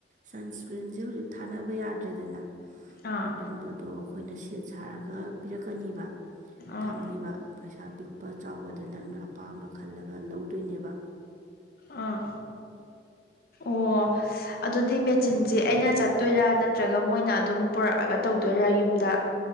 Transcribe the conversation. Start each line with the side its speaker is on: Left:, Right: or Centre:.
Right: ꯁꯟꯁꯀ꯭ꯔꯤꯟꯖꯦ ꯍꯨꯖꯤꯛ ꯊꯥꯅꯕ ꯌꯥꯗ꯭ꯔꯦꯗꯅ
Left: ꯑꯥ
Right: ꯑꯗꯨꯝꯕꯗꯣ ꯑꯩꯈꯣꯏꯅ ꯁꯦꯠ ꯁꯥꯔꯒ ꯄꯤꯔꯛꯀꯅꯤꯕ
Left: ꯑꯥ
Right: ꯊꯝꯅꯤꯕ ꯄꯩꯁꯥ ꯄꯤꯛꯄ ꯆꯥꯎꯕ ꯑꯗ ꯅꯪꯅ ꯑꯄꯥꯝꯕ ꯈꯜꯂꯒ ꯂꯧꯗꯣꯏꯅꯦꯕ
Left: ꯑꯥ ꯑꯣ ꯑꯗꯨꯗꯤ ꯃꯦꯆꯤꯟꯖꯦ ꯑꯩꯅ ꯆꯠꯇꯣꯏꯔꯥ ꯅꯠꯇ꯭ꯔꯒ ꯃꯣꯏꯅ ꯑꯗꯨꯝ ꯄꯨꯔꯛꯑꯒ ꯇꯧꯗꯣꯏꯔꯥ ꯌꯨꯝꯗ